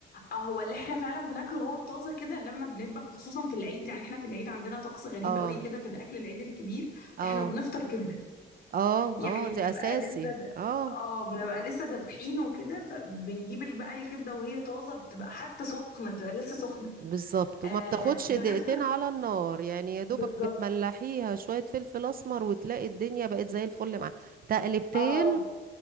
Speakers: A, on the left; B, on the right.
A: اه هو اللي احنا فعلا بناكله هو الطازه كده لما بنذبح وخصوصا في العيد يعني احنا في العيد عندنا طقس غريب
B: اه
A: قوي كده في الاكل العيد الكبير
B: اه
A: احنا بنفطر كبده
B: اه
A: يعني
B: اه
A: بنبقى
B: دي اساسي
A: لسه د...
B: اه
A: اه بنبقى لسه دابحين وكده فبنجيب ال- بقى الكبده وهي طازه بتبقى حتى سخنه بتبقى لسه سخنه
B: بالظبط
A: آه
B: وما بتاخدش
A: بنفطر
B: دقيقتين على النار يعني يا دوبك
A: بالظبط
B: بتملحيها شويه فلفل اسمر وتلاقي الدنيا بقت زي الفل معاها تقلبتين
A: اه